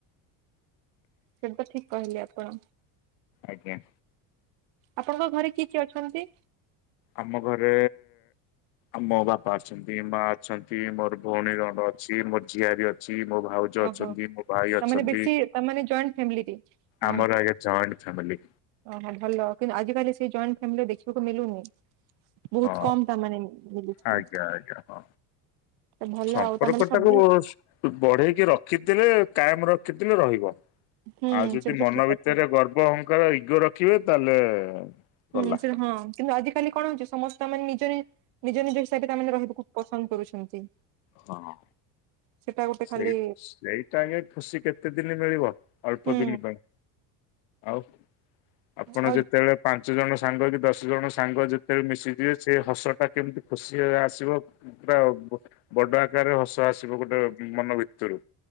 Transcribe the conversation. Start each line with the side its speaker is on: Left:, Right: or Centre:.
Right: ସେଟା ଠିକ୍ କହିଲେ ଆପଣ।
Left: ଆଜ୍ଞା।
Right: ଆପଣଙ୍କ ଘରେ କିଏ କିଏ ଅଛନ୍ତି?
Left: ଆମ ଘରେ ଆମ ବାପା ଅଛନ୍ତି। ମା ଅଛନ୍ତି ମୋର ଭଉଣୀ ରଣ୍ଡ ଅଛି ମୋର ଝିଆରି ଅଛି ମୋ ଭାଉ ଜ
Right: ଓହୋ
Left: ଅଛନ୍ତି ମୋର ଭାଇ ଅଛନ୍ତି।
Right: ତାମାନେ ବେଶୀ ତାମାନେ ଜଏଣ୍ଟ ଫ୍ୟାମିଲିରେ ରହନ୍ତି।
Left: ଆମର ଆଜ୍ଞା ଜଏଣ୍ଟ ଫ୍ୟାମିଲି।
Right: ଓହୋ ଭଲ କିନ୍ତୁ ଆଜିକାଲି ସେ ଜଏଣ୍ଟ ଫ୍ୟାମିଲି ଦେଖିବାକୁ ମିଳୁନି। ବହୁତ୍
Left: ହଁ
Right: କମ୍ ତା ମାନେ ମିଳୁଛି।
Left: ଆଜ୍ଞା
Right: ତ
Left: ଆଜ୍ଞା ହଁ।
Right: ଭଲ
Left: ସମ୍ପର୍କଟାକୁ
Right: ଆଉ ତାମାନେ ସବୁ
Left: ବଢେଇକି ରଖିଥିଲେ କାଏମ୍ ରଖିଥିଲେ ରହିବ।
Right: ହୁଁ
Left: ଆଉ ଯଦି
Right: ସେଟା ତ
Left: ମନ
Right: ଠିକ କଥା
Left: ଭିତରେ ଗର୍ବ ହଙ୍କାର ଇଗୋ ରଖିବେ ତାହେଲେ ଗଲା।
Right: ହୁଁ ସେଟା ହଁ କିନ୍ତୁ ଅଜିି କାଲି କଣ ହଉଛି ସମସ୍ତେ ମାନେ ନିଜ ନିଜ ନିଜ ହିସାବରେ ତାମାନେ ରହିବାକୁ ପସନ୍ଦ କରୁଛନ୍ତି।
Left: ହଁ।
Right: ସେଟା ଗୋଟେ
Left: ସେଇ
Right: ଖାଲି
Left: ସେଇଟା ଆଜ୍ଞା ଖୁସି କେତେ ଦିନ ମିଳିବ ଅଳ୍ପ
Right: ହୁଁ
Left: ଦିନି ପାଇଁ। ଆଉ ଆପଣ
Right: ଆଉ
Left: ଯେତେବେଳେ ପାଞ୍ଚ ଜଣ ସାଙ୍ଗ କି ଦଶ ଜଣ ସାଙ୍ଗ ଯେତେବେଳେ ମିଶିଯିବେ ସେ ହସ ଟା କେମିତି ଖୁସି ଆସିବ। ପୁରା ବଡ ଆକାରରେ ହସ ଆସିବ ଗୋଟେ ମନ ଭିତ ରୁ